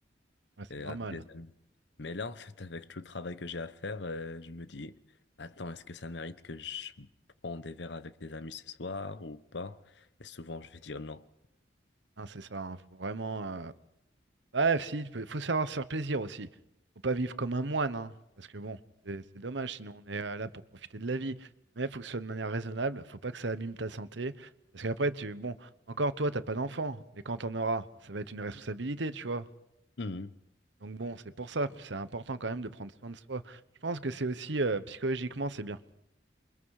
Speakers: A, on the right; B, on the left.
A: Ouais, c'est
B: euh,
A: normal.
B: avec des amis. Mais là, en fait, avec tout le travail que j'ai à faire, euh, je me dis, attends, est-ce que ça mérite que je prends des verres avec des amis ce soir ou pas? Et souvent, je vais dire non.
A: Hein, c'est ça. hein. Faut vraiment. euh, Ouais, si, tu peux- faut savoir se faire plaisir aussi. Faut pas vivre comme un moine, hein, parce que bon, c'est c'est dommage, sinon on est euh, là pour profiter de la vie. Mais faut que ce soit de manière raisonnable, faut pas que ça abîme ta santé. Parce qu'après, tu, bon, encore toi, t'as pas d'enfant, mais quand t'en auras, ça va être une responsabilité, tu vois.
B: Mhm.
A: Donc bon, c'est pour ça, c'est important quand même de prendre soin de soi. Je pense que c'est aussi, euh, psychologiquement, c'est bien.